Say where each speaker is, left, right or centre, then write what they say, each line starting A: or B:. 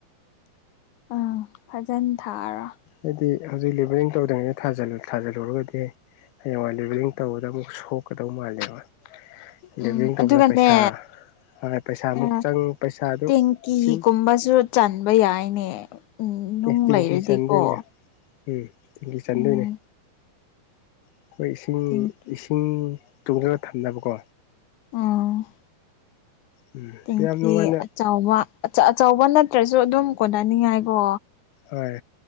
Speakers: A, on the left; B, on the left.
A: ꯑꯥ ꯐꯖꯅ ꯊꯥꯔꯣ
B: ꯑꯩꯗꯤ ꯍꯧꯖꯤꯛ ꯂꯦꯕꯂꯤꯡ ꯇꯧꯗ꯭ꯔꯤꯉꯩꯅ ꯊꯥꯖꯤꯜꯂꯨꯔꯒꯗꯤ ꯍꯌꯦꯡꯋꯥꯏ ꯂꯦꯕꯂꯤꯡ ꯇꯧꯒꯗꯕ ꯁꯣꯛꯀꯗꯧ ꯃꯥꯜꯂꯦꯕ ꯂꯤꯚꯡ
A: ꯎꯝ
B: ꯇꯧꯕꯗ
A: ꯑꯗꯨꯒꯅꯦ
B: ꯄꯩꯁꯥ ꯍꯣꯏ ꯄꯩꯁꯥꯃꯨꯛ
A: ꯑꯥ
B: ꯆꯪ ꯄꯩꯁꯥꯗꯨ
A: ꯇꯦꯡꯀꯤꯒꯨꯝꯕꯁꯨ
B: ꯂꯤꯁꯤꯡ
A: ꯆꯟꯕ ꯌꯥꯏꯅꯦ ꯎꯝ ꯅꯨꯡ
B: ꯑꯦ ꯇꯦꯡꯀꯤ
A: ꯂꯩꯔꯗꯤꯀꯣ
B: ꯆꯥꯟꯗꯣꯏꯅꯦ ꯎꯝ ꯇꯦꯡꯀꯤ ꯆꯥꯟꯗꯣꯏꯅꯦ
A: ꯎꯝ
B: ꯑꯩꯈꯣꯏ ꯏꯁꯤꯡ
A: ꯇꯦꯡꯀꯤ
B: ꯏꯁꯤꯡ ꯇꯨꯡꯁꯤꯒ ꯊꯝꯅꯕꯀꯣ
A: ꯎꯝ
B: ꯎꯝ
A: ꯇꯦꯡꯀꯤ
B: ꯁꯤ ꯌꯥꯝ ꯅꯨꯡꯉꯥꯏꯅ
A: ꯑꯆꯕ ꯑꯆꯧꯕ ꯅꯠꯇ꯭ꯔꯁꯨ ꯑꯗꯨꯝ ꯀꯣꯟꯅꯅꯤꯡꯉꯥꯏꯀꯣ
B: ꯍꯣꯏ